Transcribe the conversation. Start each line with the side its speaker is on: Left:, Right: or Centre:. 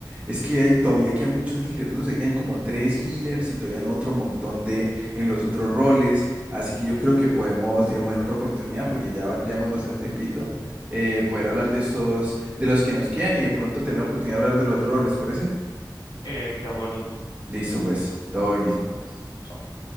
Right: es que hay, todavía quedan muchos healers, ¿no? Se quedan como tres healers y todavía en otro montón de en los otros roles. Así que yo creo que podemos, digamos, en otra oportunidad, porque ya va- llevamos bastante tiempito, eh, poder hablar de estos, de los que nos quedan y de pronto tener la oportunidad de hablar de los otros roles, ¿te parece?
Left: Eh, de acuerdo.
Right: Listo, pues, todo bien.
Left: Listo, pues. chao.